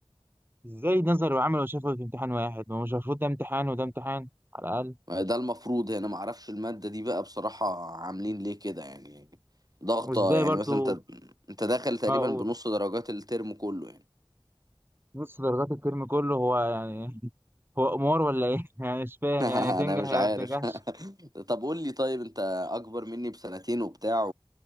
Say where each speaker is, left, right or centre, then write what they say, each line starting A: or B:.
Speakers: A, on the right; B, on the right.
A: ازاي ده نظري وعملي وشافوا في امتحان واحد ما هو مش المفروض ده امتحان وده امتحان على الاقل
B: ده المفروض هنا ما اعرفش المادة دي بقى بصراحة عاملين ليه كده يعني ضغطة
A: وازاي
B: يعني
A: برضو
B: مثلا انت انت داخل تقريبا
A: اقول
B: بنص درجات الترم كله يعني
A: نص درجات الترم كله هو يعني <laughs> هو قمار ولا ايه <laughs> يعني مش فاهم
B: <laughs>
A: يعني تنجح
B: انا مش
A: يا
B: عارف
A: ما تنجحش
B: <laughs> طب قول لي طيب انت اكبر مني بسنتين وبتاع